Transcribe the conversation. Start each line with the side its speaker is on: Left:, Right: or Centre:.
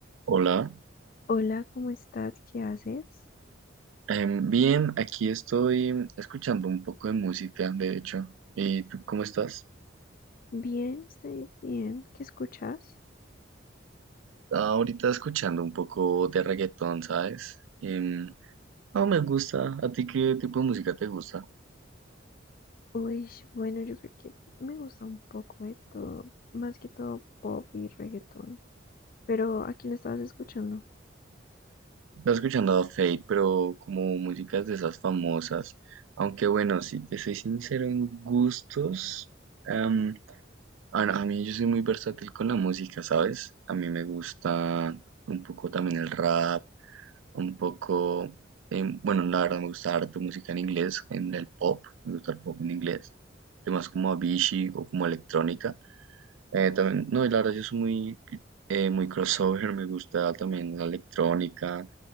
Right: Hola,
Left: Hola, ¿cómo estás? ¿Qué haces?
Right: Em, bien, aquí estoy escuchando un poco de música, de hecho. ¿Y tú cómo estás?
Left: Bien, estoy bien. ¿Qué escuchas?
Right: Estaba Ahorita escuchando un poco de reggaetón, ¿sabes? Em, no me gusta. ¿A ti qué tipo de música te gusta?
Left: Uy, bueno, yo creo que me gusta un poco de todo, más que todo pop y reggaetón. Pero ¿a quién estabas escuchando?
Right: Estaba escuchando a Fate, pero como músicas de esas famosas. Aunque bueno, si te soy sincero en gustos, em, a, a mí yo soy muy versátil con la música, ¿sabes? A mí me gusta un poco también el rap. un poco, em, bueno, la verdad me gusta harto música en inglés, en el pop, me gusta el pop en inglés, temas como Avicii o como electrónica. Eh, también, no, y la verdad yo soy muy, eh, muy crossover, me gusta también la electrónica,